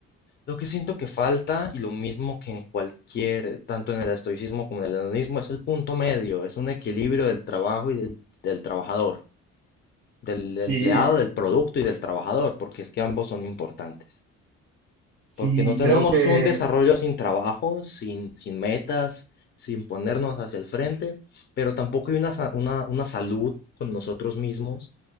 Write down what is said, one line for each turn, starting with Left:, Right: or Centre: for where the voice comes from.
Left: Lo que siento que falta, y lo mismo que en cualquier, tanto en el estoicismo como en el hedonismo, es el punto medio, es un equilibrio del trabajo y del, del trabajador, del
Right: sí,
Left: empleado,
Right: eh,
Left: del producto y del trabajador, porque es que ambos son importantes.
Right: sí,
Left: Porque no tenemos
Right: creo que
Left: un desarrollo sin trabajo, sin, sin metas, sin ponernos hacia el frente, pero tampoco hay una, sa- una, una salud con nosotros mismos.